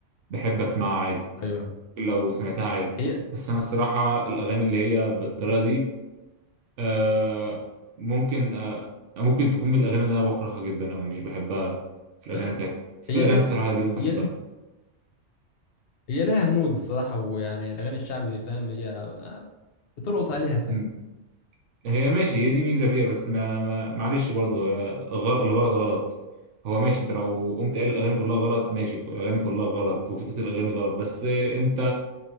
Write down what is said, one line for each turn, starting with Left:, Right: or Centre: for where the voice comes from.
Right: بحب اسمعها عادي
Left: ايوه
Right: لو سمعتها عادي
Left: هي
Right: بس انا الصراحه الاغاني اللي هي بالطريقه دي آه ممكن آه ممكن تكون من الأغاني اللي أنا بكرهها جدا أو مش بحبها في الأغاني
Left: آه،
Right: بتاعتي بس
Left: هي
Right: في أغاني
Left: لها
Right: الصراحة اليوم بحبها
Left: هي لها هي لها مود الصراحه ويعني الاغاني الشعبي فاهم هي آه، بترقص عليها فاهم
Right: مم. هي ماشي هي دي ميزة فيها بس ما ما معلش برضه هي غل- الغلط غلط هو ماشي أنت لو قمت قايل الأغاني كلها غلط ماشي الأغاني كلها غلط وفكرة الأغاني غلط بس أنت